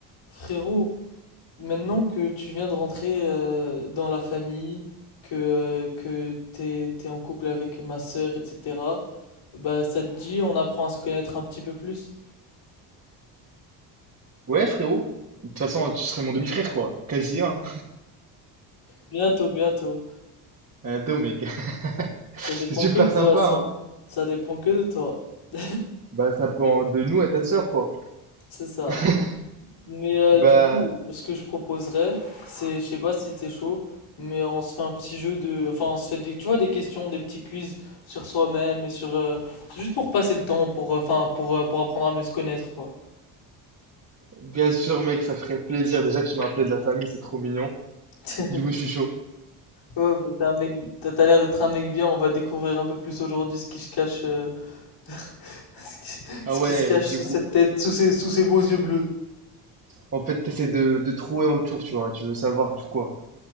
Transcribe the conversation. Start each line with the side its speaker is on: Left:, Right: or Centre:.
Left: Frérot, maintenant que tu viens de rentrer euh, dans la famille, que, euh, que t'es, t'es en couple avec ma sœur, etc., bah ça te dit, on apprend à se connaître un petit peu plus.
Right: Ouais, frérot. De toute façon, tu serais mon demi-frère, quoi. Quasi, hein.
Left: Bientôt, bientôt.
Right: Attends, mec. <laughs> C'est
Left: Ça dépend
Right: super
Left: que de toi,
Right: sympa,
Left: ça.
Right: hein.
Left: Ça dépend que de toi. <laughs>
Right: Bah, ça dépend de nous à ta sœur, quoi. <laughs>
Left: C'est ça. Mais euh,
Right: Bah,
Left: du coup, ce que je proposerais, c'est, je sais pas si t'es chaud, mais on se fait un petit jeu de, enfin, on se fait des, tu vois, des questions, des petits quiz sur soi-même et sur, euh, juste pour passer le temps, pour, euh, enfin, pour, euh, pour apprendre à mieux se connaître, quoi.
Right: bien sûr, mec, ça ferait plaisir. Déjà que tu m'as appelé de la famille, c'est trop mignon.
Left: <laughs>
Right: Du coup, je suis chaud.
Left: Ouais, mais t'es un mec, t'as t'as l'air d'être un mec bien. On va découvrir un peu plus aujourd'hui ce qui se cache, euh, <laughs> ce qui,
Right: Ah
Left: ce
Right: ouais,
Left: qui se cache
Right: du
Left: sous cette
Right: coup.
Left: tête, sous ces, sous ces beaux yeux bleus.
Right: En fait, t'essaies de, de trouver autour, tu vois. Tu veux savoir tout quoi.